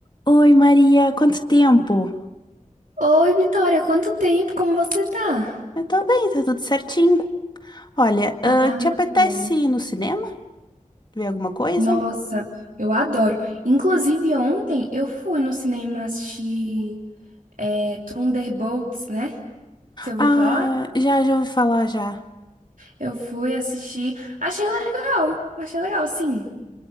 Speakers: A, on the left; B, on the right.
A: Oi, Maria, quanto tempo?
B: Oi, Vitória, quanto tempo? Como você tá?
A: Eu tô bem, tá tudo certinho. Olha, ah,
B: Ai,
A: te apetece
B: que bom.
A: ir no cinema? Ver alguma coisa?
B: Nossa, eu adoro. Inclusive, ontem eu fui no cinema assistir é, Thunderbolts, né? Você ouviu
A: Ah,
B: falar?
A: já, já ouvi falar já.
B: Eu fui assistir. Achei legal. Achei legal, assim.